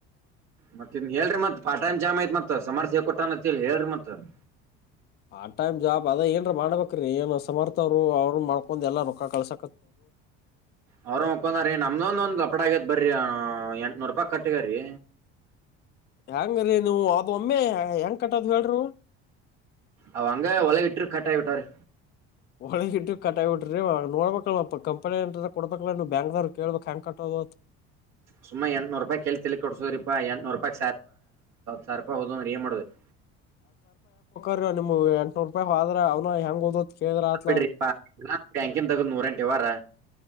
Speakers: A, on the right; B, on the left.
A: ಮತ್ತ ಇನ್ ಹೇಳ್ರರಿ ಮತ್ ಪಾಟನ್ ಜಾಮ ಐತ್ ಮತ್ ಸಮರ್ಥ್ಯ ಕೊಟ್ಟಾನತ್ತ ಹೇಳಿ ಮತ್ತತ್
B: ಪಾರ್ಟ ಟೈಮ್ ಜಾಬ್ ಅದ ಏನ್ರ ಮಾಡಬೇಕ್ರೀ ಏನು ಸಮರ್ಥರು ಅವರು ಮಾಡ್ಕೊಂಡು ಎಲ್ಲಾ ರೊಕ್ಕ ಕಳ್ಸ
A: ಅವರು ಮಕ್ಕಂದ ರೀ ನಮ್ದೊಂದ ಒಂದ್ ಲಪಡ ಆಗ ಬರ್ರಿ ಎಂಟನೂ ರೂಪಾಯಿ ಕಟ್ಟಗ್ರಿ
B: ಹೆಯಾಂಗ್ರರಿ ನೀವು ಅ ಒಮ್ಮೆ ಹೆಂಗ ಕಟ್ಟದು ಹೇಳ್ರರು
A: ಅವ ಅಂಗ ಒಲಗ ಇಟ್ಟ ಕಟ್ ಆಯಿ ಬಿಟ್ಟಾರೆ
B: ಒಳ್ಳ ಇ ಕಟಾಯಬ ಬಿಟ್ರಿ ನೋಡ್ಬೇಕಲ್ ಕಂನಿ ಕೊಡ್ಬೇಕ ನೀವು ಬ್ಯಾಂಕ್ ಅವ್ನ ಕೇಳಬೇಕಕ್ ಹ್ಯಾಂ ಕಟ್ಟ ಪತ್
A: ಸುಮ್ಮ ಎಂಟು ನೂರು ಪಾಯಿ ಕೇಲ್ತಿ ತಿಳಿ ಕೊಡಸರಿಪಾ ಎನ್ ನಪಾಯ ಸಾರಪಾ ಉದ ರಿಯ ಮಾಡಡುವುದು
B: ಮ್ ಎಟನೂರು ರೂಪಯಿ ಹಾ ಅವನ ಹೆಂಗದ ಕಂದ್ರತ್ಲ
A: ಬಿಡ್ರಿಪಾ ಬ್ಯಾಂಕಿನ್ ತಗದ್ ನೂರೆಂಟ್ ವ್ಯವಹಾರ